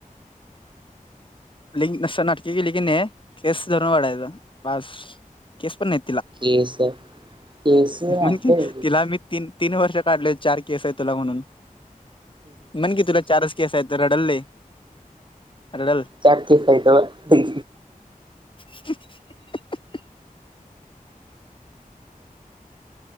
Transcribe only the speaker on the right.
केस केस मा
<unintelligible>
चार केस आहेत व्हय.